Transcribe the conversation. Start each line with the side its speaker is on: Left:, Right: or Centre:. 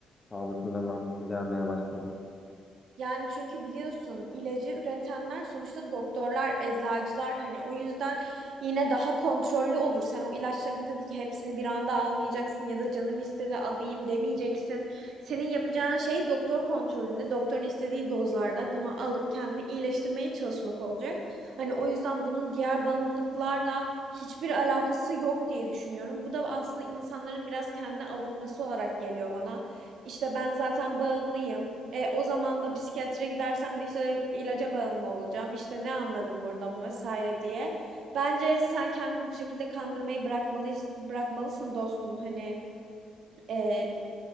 Left: Sağlıklı ve mantıklı gelmeye başladı.
Right: Yani çünkü biliyorsun ilacı üretenler sonuçta doktorlar, eczacılar hani o yüzden yine daha kontrollü olur. Sen o ilaçların tabii ki hepsini bir anda almayacaksın ya da canım istedi alayım demeyeceksin. Senin yapacağın şey doktor kontrolünde, doktorun istediği dozlarda bunu alıp kendini iyileştirmeye çalışmak olacak. Hani o yüzden bunun diğer bağımlılıklarla hiçbir alakası yok diye düşünüyorum. Bu da aslında insanların biraz kendini avutması olarak geliyor bana. İşte ben zaten bağımlıyım. E, o zaman da psikiyatriye gidersem de işte ilaca bağımlı olacağım. İşte ne anladım buradan vesaire diye. Bence sen kendini bu şekilde kandırmayı bırakmalısın, bırakmalısın dostum. Hani e,